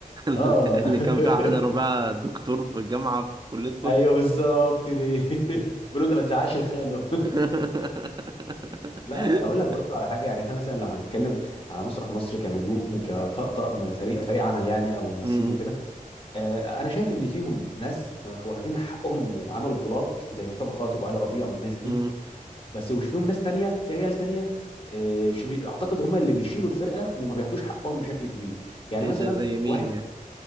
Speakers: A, on the right; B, on the left.
A: <laughs>
B: اه <laughs>
A: اللي كان فيها علي ربيع دكتور في الجامعه في كليه الطب
B: ايوه بالظبط دي <laughs> بيقولوا انت ما تزعقش الخاله <laughs>
A: <laughs>
B: لا اقول لك برضه على حاجه يعني احنا مثلا لو هنتكلم على مسرح مصر كنجوم وكطقطق م- فريق فريق عمل يعني او ممثلين
A: مم.
B: وكده آه، انا شايف ان فيهم ناس واخدين حقهم وعملوا بطولات زي مصطفى خاطر وعلي ربيع والناس دي
A: مم.
B: بس وش فيهم ناس تانية في عيال تانية آه، ش- بي- اعتقد هم اللي بيشيلوا الفرقه وما بياخدوش حقهم بشكل كبير يعني
A: ايه
B: مثلا
A: ده زي مين
B: واحد
A: يعني